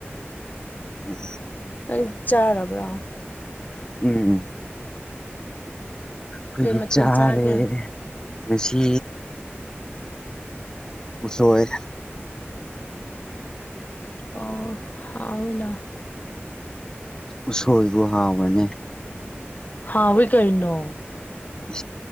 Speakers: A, on the left; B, on the left.
A: ꯎꯝ
B: ꯑꯩ ꯆꯥꯔꯕ꯭ꯔ
A: ꯎꯝ ꯐꯗꯤ
B: ꯀꯩ ꯃꯊꯦꯜ
A: ꯆꯥꯔꯦ
B: ꯆꯥꯒꯦ
A: ꯉꯁꯤ ꯎꯁꯣꯏ
B: ꯑꯣ ꯍꯥꯎꯅꯥ
A: ꯎꯁꯣꯏꯕꯨ ꯍꯥꯎꯕꯅꯤ
B: ꯍꯥꯎꯕꯤ ꯀꯩꯩꯅꯣ
A: ꯑ